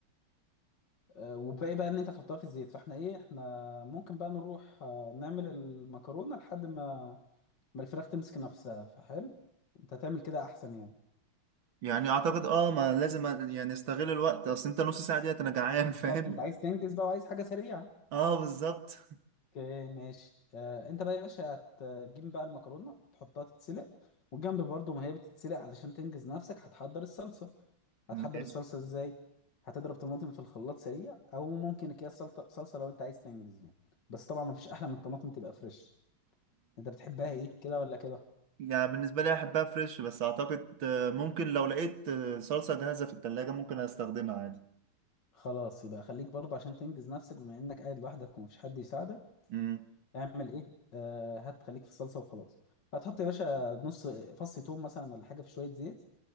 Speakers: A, on the left; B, on the right.
A: آه وباقي بقى ان انت تحطها في الزيت فاحنا ايه احنا ممكن بقى نروح آه نعمل المكرونه لحد ما ما الفراخ تمسك نفسها فحلو انت هتعمل كده احسن يعني
B: يعني اعتقد اه ما لازم أ- يعني استغل الوقت اصل انت نص ساعه ديت انا جعان
A: بالظبط
B: <laughs> فاهم
A: انت عايز تنجز بقى وعايز حاجه سريعه
B: اه بالظبط
A: اوكي ماشي آه انت بقى يا باشا هتجيب بقى المكرونه تحطها تتسلق والجنب برضو ما هي بتتسلق علشان تنجز نفسك هتحضر الصلصه هتحضر
B: ماشي
A: الصلصه ازاي هتضرب طماطم في الخلاط سريع او ممكن اكياس سلطه صلصه لو انت عايز تنجز يعني بس طبعا ما فيش احلى من الطماطم تبقى فريش انت بتحبها ايه كده ولا كده
B: يعني بالنسبة لي أحبها فريش بس أعتقد آه، ممكن لو لقيت آه، صلصة جاهزة في التلاجة ممكن أستخدمها عادي
A: خلاص يبقى خليك برضو عشان تنجز نفسك بما انك قاعد لوحدك ومفيش حد يساعدك
B: مم.
A: اعمل ايه آه هات خليك في الصلصه وخلاص هتحط يا باشا نص فص توم مثلا ولا حاجه في شويه زيت